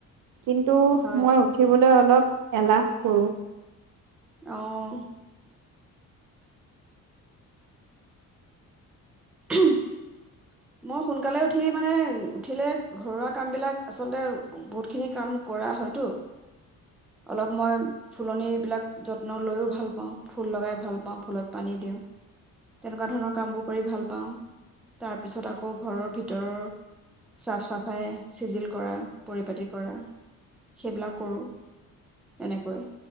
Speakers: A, on the right; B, in the centre.
A: কিন্তু,
B: হয়
A: মই উঠিবলৈ অলপ এলাহ কৰোঁ।
B: অ'। <inaudible> মই সোনকালে উঠি মানে, উঠিলে ঘৰুৱা কামবিলাক আচলতে বহুতখিনি কাম কৰা হয়তো। অলপ মই ফুলনিবিলাক যত্ন লৈও ভাল পাওঁ, ফুল লগাই ভাল পাওঁ, ফুলত পানী দিওঁ। তেনেকুৱা ধৰণৰ কামবোৰ কৰি ভাল পাওঁ। তাৰ পিছত আকৌ ঘৰৰ ভিতৰৰ চাফ চাফাই, চিজিল কৰা, পৰিপতি কৰা, সেইবিলাক কৰোঁ। তেনেকৈ